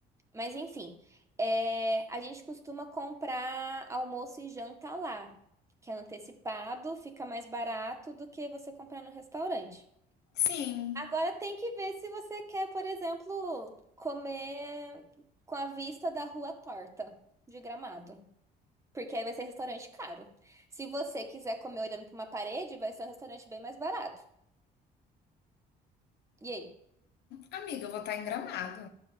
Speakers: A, on the right; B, on the left.
A: Mas enfim, é, a gente costuma comprar almoço e janta lá, que é antecipado, fica mais barato do que você comprar no restaurante.
B: Sim.
A: Agora tem que ver se você quer, por exemplo, comer com a vista da rua torta de Gramado, porque aí vai ser restaurante caro. Se você quiser comer olhando para uma parede, vai ser um restaurante bem mais barato. E aí?
B: Amiga, eu vou estar em Gramado.